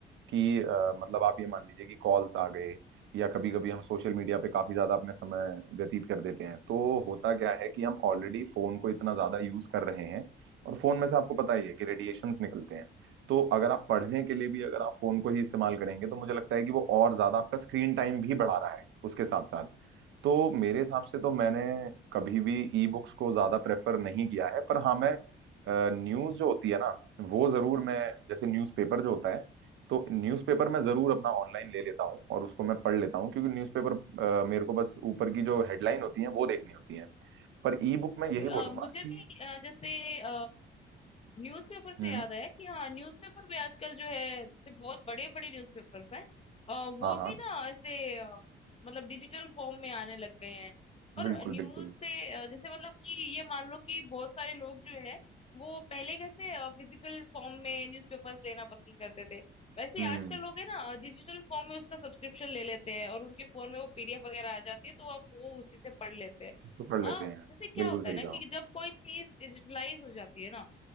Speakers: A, on the right; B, on the left.
A: कि अ, मतलब आप ये मान लीजिए कि कॉल्स आ गए या कभी कभी हम सोशल मीडिया पे काफी ज्यादा अपने समय व्यतीत कर देते हैं तो होता क्या है कि हम ऑलरेडी फोन को इतना ज्यादा यूज कर रहे हैं और फोन में से आपको पता ही है कि रेडिएशंस निकलते हैं तो अगर आप पढ़ने के लिए भी अगर आप फोन को ही इस्तेमाल करेंगे तो मुझे लगता है कि वो और ज्यादा आपका स्क्रीन टाइम भी बढ़ा रहा है उसके साथ साथ तो मेरे हिसाब से तो मैंने कभी भी ई बुक्स को ज्यादा प्रेफर नहीं किया है पर हाँ मैं न्यूज जो होती है ना वो जरूर मैं जैसे न्यूज़पेपर जो होता है तो न्यूज़पेपर मैं जरूर अपना ऑनलाइन ले लेता हूँ और उसको मैं पढ़ लेता हूँ क्योंकि न्यूज़पेपर मेरे को बस ऊपर की जो हेडलाइन होती है वो देखनी होती है पर ई बुक मैं यही
B: अ,
A: बोलूंगा
B: मुझे
A: कि
B: भी अ, जैसे अ, न्यूज़पेपर से
A: हम्म
B: याद आया कि हाँ न्यूज़पेपर भी आजकल जो है जैसे बहुत बड़े बड़े न्यूज़पेपर्स हैं अ, वो
A: हाँ हाँ
B: भी ना ऐसे अ, मतलब डिजिटल फॉर्म में आने लग गए हैं और
A: बिल्कुल
B: न्यूज़
A: बिल्कुल
B: से अ, जैसे मतलब कि ये मान लो कि बहुत सारे लोग जो है वो पहले कैसे फिजिकल फॉर्म में न्यूज़पेपर्स लेना पसंद करते थे वैसे
A: हम्म
B: ही आजकल लोग है ना डिजिटल फॉर्म में उसका सब्सक्रिप्शन ले लेते हैं और उनके फोन में वो पीडीएफ वगैरह आ जाती है तो आप वो उसी से पढ़ लेते हैं
A: उसको पढ़
B: अ,
A: लेते हैं
B: जैसे क्या
A: बिल्कुल
B: होता है
A: सही
B: ना
A: कहा
B: कि जब कोई चीज डिजिटलाइज हो जाती है ना